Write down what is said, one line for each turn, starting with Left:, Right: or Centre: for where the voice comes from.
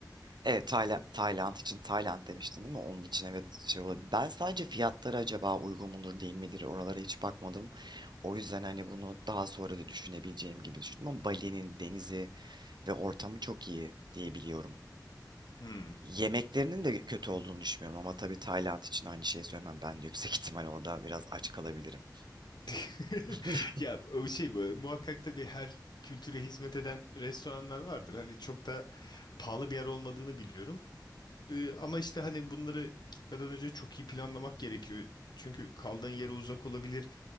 Right: Evet, Tayla- Tayland için Tayland demiştin değil mi? Onun için evet şey olabilir. Ben sadece fiyatları acaba uygun mudur değil midir oralara hiç bakmadım. O yüzden hani bunu daha sonra da düşünebileceğim gibi düşündüm ama Bali'nin denizi ve ortamı çok iyi diyebiliyorum.
Left: Hmm.
Right: Yemeklerinin de kötü olduğunu düşünmüyorum ama tabii Tayland için aynı şeyi söylemem. Ben de yüksek <laughs> ihtimal orada biraz aç kalabilirim.
Left: <laughs>
Right: <laughs>
Left: Ya o şey bu, muhakkak tabii her kültüre hizmet eden restoranlar vardır. Hani çok da pahalı bir yer olmadığını biliyorum. Ee, ama işte hani bunları gitmeden önce çok iyi planlamak gerekiyor. Çünkü kaldığın yere uzak olabilir.